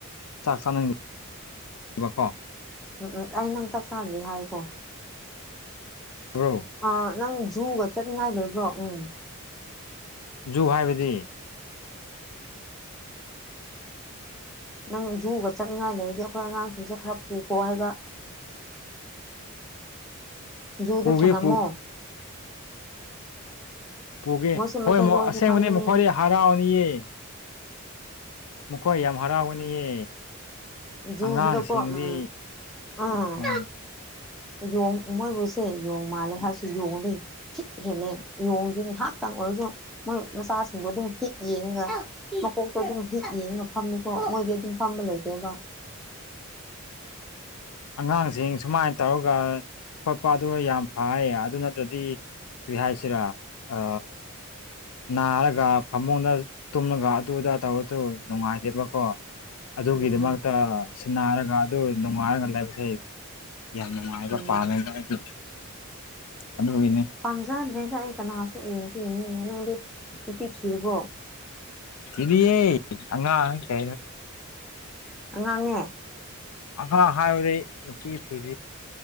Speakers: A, on the left; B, in the centre.
A: ꯆꯥꯛ ꯆꯥꯅꯤꯡꯕꯀꯣ
B: ꯎꯝ ꯎꯝ ꯑꯩ ꯅꯪ ꯆꯥꯛ ꯆꯥꯗ꯭ꯔꯤ ꯍꯥꯏꯀꯣ
A: ꯕ꯭ꯔꯣ
B: ꯑ ꯅꯪ ꯖꯨꯒ ꯆꯠꯅꯤꯡꯉꯥꯏ ꯂꯩꯕ꯭ꯔꯣ ꯎꯝ
A: ꯖꯨ ꯍꯥꯏꯕꯗꯤ
B: ꯅꯪ ꯖꯨꯒ ꯆꯠꯅꯤꯡꯉꯥꯏ ꯂꯩꯔꯤꯗꯤ ꯑꯩꯈꯣꯏ ꯑꯉꯥꯡꯁꯤꯡꯁꯦ ꯈꯔ ꯄꯨꯈꯣ ꯍꯥꯏꯕ ꯖꯨꯗ
A: ꯄꯨꯒꯦ
B: ꯊꯅꯝꯃꯣ
A: ꯄꯨ ꯄꯨꯒꯦ
B: ꯃꯣꯏꯁꯦ ꯃꯩꯇꯩꯂꯣꯟꯁꯨ
A: ꯍꯣꯏ ꯑꯁꯦꯡꯕꯅꯦ
B: ꯈꯪꯕꯅꯦ
A: ꯃꯈ꯭ꯋꯥꯔ ꯍꯔꯥꯎꯅꯤꯌꯦ ꯃꯈꯣꯏ ꯌꯥꯝ ꯍꯔꯥꯎꯕꯅꯤꯌꯦ
B: ꯖꯨꯗꯨꯗꯀꯣ
A: ꯑꯉꯥꯡꯁꯤꯡꯗꯤ
B: ꯎꯝ ꯑꯥ
A: ꯍꯣꯏ
B: ꯌꯣꯡ ꯃꯣꯏꯕꯨꯁꯦ ꯌꯣꯡ ꯃꯥꯜꯂꯦ ꯍꯥꯏꯔꯁꯨ ꯌꯣꯡꯗꯣꯏ ꯍꯤꯠ ꯍꯦꯜꯂꯦ ꯌꯦꯣꯡꯗꯤ ꯉꯥꯏꯍꯥꯛꯇꯪ ꯑꯣꯏꯔꯁꯨ ꯃꯣꯏ ꯃꯆꯥꯁꯤꯡꯗꯣ ꯑꯗꯨꯝ ꯍꯤꯠ ꯌꯦꯡꯒ ꯃꯀꯣꯛꯇꯣ ꯑꯗꯨꯝ ꯍꯤꯛ ꯌꯦꯡ ꯉ ꯐꯝꯅꯤꯀꯣ ꯃꯣꯏꯗꯤ ꯑꯗꯨꯝ ꯐꯝꯕ ꯂꯩꯇꯦꯕ꯫
A: ꯑꯉꯥꯡꯁꯤꯡ ꯁꯨꯃꯥꯏꯅ ꯇꯧꯔꯒ ꯈꯣꯠꯄꯗ ꯌꯥꯝ ꯐꯩꯌꯦ ꯑꯗꯨ ꯅꯠꯇ꯭ꯔꯗꯤ ꯀ꯭ꯔꯤꯍ ꯍꯥꯏꯁꯤꯔꯥ ꯑ ꯅꯥꯔꯒ ꯐꯃꯨꯡꯗ ꯇꯨꯝꯂꯒ ꯑꯗꯨ ꯑꯗꯥ ꯇꯧꯔꯗꯨ ꯅꯨꯡꯉꯥꯏꯗꯦꯕꯀꯣ ꯑꯗꯨꯒꯤꯗꯃꯛꯇ
B: ꯎꯝ
A: ꯁꯤꯟꯅꯔꯒ ꯑꯗꯨ ꯅꯨꯡꯉꯥꯏꯔꯒ ꯂꯩꯕꯁꯦ ꯌꯥꯝ ꯅꯨꯡꯉꯥꯏꯕ
B: ꯎꯝ
A: ꯄꯥꯜꯂꯦꯅ ꯑꯩꯒꯤ ꯑꯗꯨꯒꯤꯅꯦ
B: ꯄꯥꯝꯖꯗ꯭ꯔꯦꯅ ꯑꯩ ꯀꯅꯥꯁꯨ ꯌꯦꯡꯁꯨ ꯌꯦꯡꯅꯤꯡꯉꯦ ꯅꯪꯗꯤ ꯅꯨꯄꯤ ꯊꯤꯔꯔꯕꯣ
A: ꯇꯗꯦ ꯍꯉ ꯀ
B: ꯉꯥꯡꯉꯦ
A: ꯑꯍꯥ ꯍꯥꯏꯨꯔꯦ ꯅꯨꯄꯤ ꯊꯤ